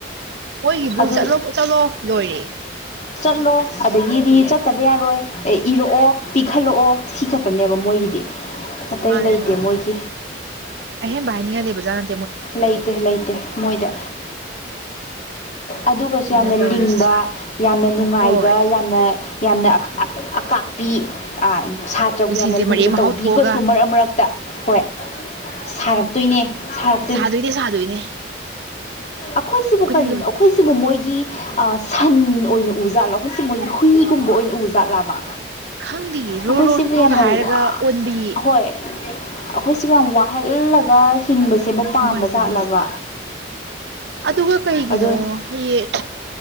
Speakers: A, on the right (about 65°); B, on the left (about 40°).
A: ꯃꯣꯏꯒꯤꯕꯨ
B: ꯑꯗꯨ
A: ꯆꯠꯂꯣ -ꯆꯠꯂꯣ ꯂꯣꯏꯔꯦ
B: ꯆꯠꯂꯣ ꯑꯗꯒꯤꯗꯤ ꯆꯠꯇꯕ ꯌꯥꯔꯣꯏ ꯏꯔꯛꯑꯣ ꯄꯤꯛꯈꯠꯂꯛꯑꯣ ꯁꯤ ꯈꯛ ꯈꯅꯦꯕ ꯃꯣꯏꯒꯤꯗꯤ ꯑꯇꯩ
A: ꯃꯥꯅꯦ-
B: ꯂꯩꯇꯦ
A: ꯃꯥꯅ‌ꯦ
B: ꯃꯣꯏꯒꯤ
A: ꯑꯍꯦꯟꯕ ꯍꯥꯏꯅꯤꯉꯥꯏ ꯂꯩꯕꯖꯥꯅ
B: ꯂꯩꯇꯦ -ꯂꯩꯇꯦ ꯃꯣꯏꯗ ꯑꯗꯨꯒꯁꯨ
A: ꯑꯗꯨꯅꯦ
B: ꯌꯥꯝꯅ
A: ꯇꯧꯔꯤꯁꯦ
B: ꯂꯤꯡꯕ ꯌꯥꯝꯅ ꯅꯨꯡꯉꯥꯏꯕ
A: ꯍꯣꯏ
B: ꯌꯥꯝꯅ ꯌꯥꯝꯅ ꯑ ꯑ ꯑꯀꯥꯛꯄꯤ ꯑ ꯁꯥꯇ꯭ꯔꯕꯨ
A: ꯄꯨꯟꯁꯤꯁꯦ
B: ꯌꯥꯝꯅ
A: ꯃꯔꯦꯛ
B: ꯂꯨꯅꯕꯤꯒꯁꯨ
A: ꯃꯍꯥꯎ ꯊꯣꯛꯑꯒ
B: ꯃꯔꯛ ꯃꯔꯛꯇ ꯍꯣꯏ ꯁꯥꯔꯛꯇꯣꯏꯅꯦ ꯁꯥꯔꯛ
A: ꯁꯥꯗꯣꯏꯅꯦ -ꯁꯥꯗꯣꯏꯅꯦ
B: ꯑꯩꯈꯣꯏꯁꯤꯕꯨ
A: ꯑꯩꯈꯣꯏꯅ
B: ꯀꯔꯤꯅꯣ ꯑꯩꯈꯣꯏꯁꯤꯕꯨ ꯃꯣꯏꯒꯤ ꯁꯟ ꯑꯣꯏꯅ ꯎꯖꯥꯠꯂꯣ ꯑꯩꯈꯣꯏꯁꯤ ꯃꯣꯏꯒꯤ ꯍꯨꯏ ꯀꯨꯝꯕ ꯑꯣꯏꯅ ꯎꯖꯥꯠꯂꯕ
A: ꯈꯪꯗꯦꯌꯦ ꯔꯣ
B: ꯑꯩꯈꯣꯏ
A: ꯔꯣ
B: ꯁꯤꯕꯨ
A: ꯔꯣꯒ
B: ꯌꯥꯝꯅ
A: ꯍꯥꯏꯔꯒ
B: ꯋꯥ
A: ꯑꯣꯟꯕꯤ
B: ꯍꯣꯏ ꯑꯩꯈꯣꯏꯁꯤꯕꯨ ꯌꯥꯝ ꯋꯥꯍꯜꯂꯒ ꯍꯤꯡꯕꯁꯦꯕꯨ ꯄꯥꯝꯕꯖꯥꯠꯂꯕ
A: ꯅꯨꯡꯉꯥꯏꯖꯕꯤ ꯑꯗꯨꯒ ꯀꯩꯒꯤꯅꯣ
B: ꯑꯗꯣ
A: ꯍꯌꯦꯡ